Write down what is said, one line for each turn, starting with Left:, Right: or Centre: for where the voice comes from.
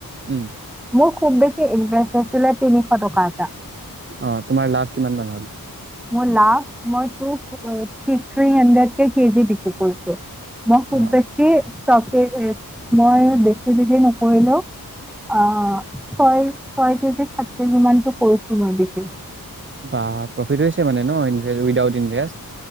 Right: উম,
Centre: মোৰ খুব বেছি ইনভেস্ট আছিলে তিনিশ টকা এটা।
Right: অ তোমাৰ লাভ কিমান মান হল?
Centre: মোৰ লাভ, মই থ্ৰি হানৰেদ কে কেজি বিক্ৰী কৰিছোঁ। মই খুব
Right: অ',
Centre: বেছি মই বেছি বিক্ৰী নকৰিলেও, আহ ছয়-ছয় কেজি খাট কিলোমানটো কৰিছোঁ মই বিক্ৰী।
Right: বা, প্ৰফিট হৈছে মানে ন, ইনভে উইদাউট ইনভেষ্ট?